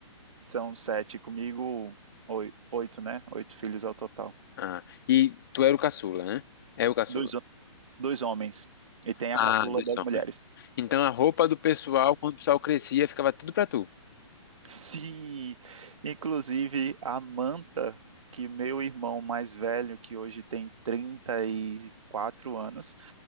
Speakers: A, on the right (about 70°); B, on the left (about 40°).
A: São sete comigo, oi- oito, né? Oito filhos ao total.
B: Ah, e tu era o caçula, né? É o caçula.
A: Dois, ho- dois homens. E tem
B: Ah,
A: a caçula
B: dois
A: das
B: homens.
A: mulheres.
B: Então a roupa do pessoal, quando o pessoal crescia, ficava tudo pra tu.
A: Se, inclusive, a Manta, que meu irmão mais velho, que hoje tem 34 anos,